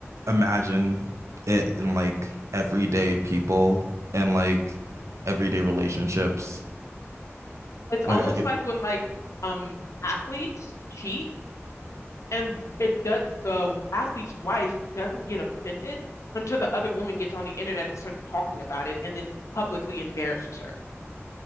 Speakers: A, on the right; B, on the left.
A: imagine it in like everyday people and like everyday relationships.
B: It's
A: Like
B: almost
A: I could
B: like when like um athletes cheat and it does the athlete's wife doesn't get offended until the other woman gets on the internet and starts talking about it and then publicly embarrasses her.